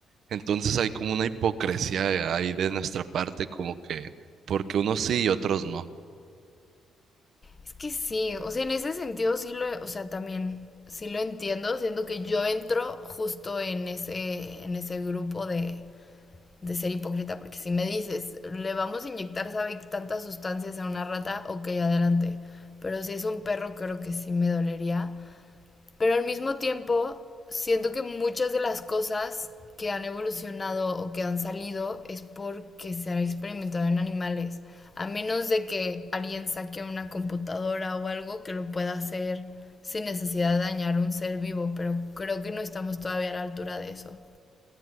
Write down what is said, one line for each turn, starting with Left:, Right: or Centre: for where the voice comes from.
Right: Entonces hay como una hipocresía ahí de nuestra parte, como que, porque unos sí y otros no.
Left: Es que sí, o sea, en ese sentido sí lo, o sea, también sí lo entiendo, siento que yo entro justo en ese, en ese grupo de, de ser hipócrita, porque si me dices, le vamos a inyectar, sabe, tantas sustancias a una rata, ok, adelante. Pero si es un perro, creo que sí me dolería. Pero al mismo tiempo, siento que muchas de las cosas que han evolucionado o que han salido es porque se ha experimentado en animales. A menos de que alguien saque una computadora o algo que lo pueda hacer sin necesidad de dañar un ser vivo, pero creo que no estamos todavía a la altura de eso.